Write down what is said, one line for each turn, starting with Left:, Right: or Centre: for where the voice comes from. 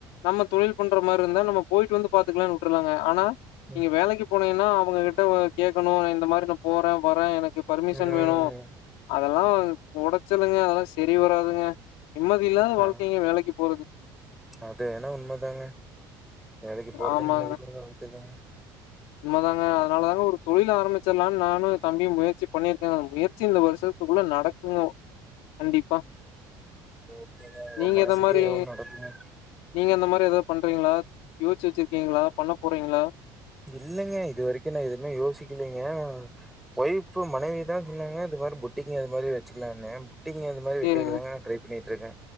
Left: நம்ம தொழில் பண்ற மாரி இருந்தா நம்ம போயிட்டு வந்து பாத்துக்கலானு விட்டுருலாங்க ஆனா
Centre: ம்.
Left: நீங்க வேலைக்கு போனீங்கன்னா அவங்ககிட்ட வ கேக்கணு இந்த மாரி நா போறே வறே எனக் கு பர்மிஷன்
Centre: ம்.
Left: வேணு அதெல்லா கொடச்சலுங்க அதெல்லா சரி வராதுங்க நிம்மதி இல்லாத
Centre: ஆ
Left: வாழ்க்கைங்க வேலைக்கு போறது
Centre: அது என்னவோ உண்மதாங்க வேலைக்கு போறதே
Left: ஆமாங்க
Centre: நிம்மதி இல்லாத வாழ்க்கைதா
Left: உண்மதாங்க அதனால தாங்க ஒரு தொழில் ஆரம்பிக் ச்சர்லானு நானு தம்பியு முயற்சி பண்ணியிருக்கே முயற்சி இந்த வருஷத்துக்குள்ள நடக்குங்க கண்டிப்பா
Centre: ஓகேதா ஓ
Left: நீங்க
Centre: மனசுக்கு
Left: எத மாரி
Centre: எதுவு நடக்குங்க
Left: நீங்க அந்த மாரி எதாவது பண்றீங்களா யோச்சு வச்சிருக்கீங்களா பண்ண போறீங்களா
Centre: இல்லைங்க இது வரைக்கு நா எதுமே யோசிக்கலைங்க வொய்ஃப்பு மனைவிதா சொன்னாங்க இது மாரி புட்டிங்க அது மாரி வச்சுக்கலானு ட்டிங்க அந்த மாதி வக்கரதுக்கு
Left: சேரிங்க
Centre: தாங்க நா ட்ரை பண்ணிட் ட்ருக்க